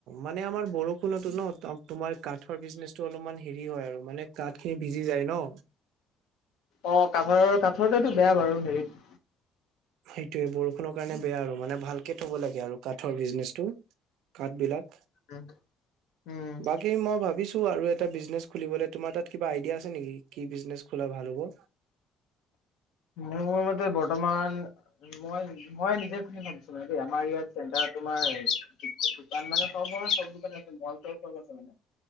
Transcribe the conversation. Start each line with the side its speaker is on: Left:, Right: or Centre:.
Right: মানে আমাৰ বৰষুণতো ন তোমাৰ কাঠৰ বিজনেচ টো অলপমান হেৰি হয় আৰু মানে কাঠখিনি ভিজি যায় ন।
Left: অ', কাঠৰ কাঠৰটো এইটো বেয়া বাৰু হেৰিত।
Right: সেইটোয়ে বৰষুণৰ কাৰণে বেয়া আৰু মানে ভালকে থ'ব লাগে আৰু কাঠৰ বিজনেচটো। কাঠ বিলাক,
Left: উম উম
Right: বাকী মই ভাবিছো আৰু এটা বিজনেছ খুলিবলৈ তোমাৰ তাত কিবা আইডিয়া আছে নেকি কি বিজনেছ খোলা ভাল হ'ব?
Left: মোৰ মতে বৰ্তমান মই মই নিজে <unintelligible> তো নহয় দে আমাৰ ইয়াত চেণ্টাৰত তোমাৰ দোকান মানে চবৰ চব দোকান আছে মল চল চব আছে মানে।